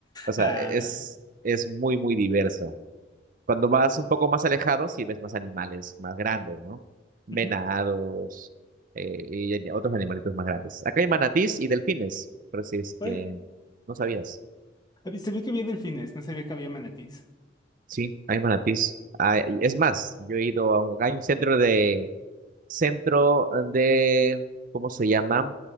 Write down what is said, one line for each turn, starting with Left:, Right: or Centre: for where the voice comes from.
Right: O sea,
Left: Ah.
Right: es, es muy, muy diverso. Cuando vas un poco más alejado, sí ves más animales más grandes, ¿no? Venados
Left: ujú.
Right: eh, y ani- otros animalitos más grandes. Acá hay manatís y delfines, pero si es
Left: Órale.
Right: que no sabías.
Left: Habí- Sabía que había delfines, no sabía que había manatís.
Right: Sí, hay manatís. Ah, es más, yo he ido a un, hay un centro de, centro de, ¿cómo se llama?